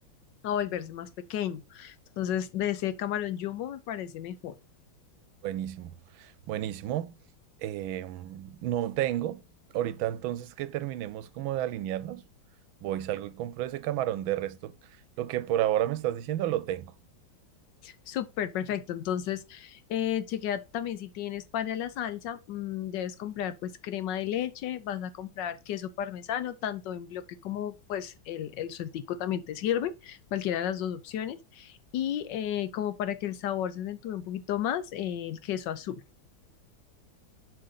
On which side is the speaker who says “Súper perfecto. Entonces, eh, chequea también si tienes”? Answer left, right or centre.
Left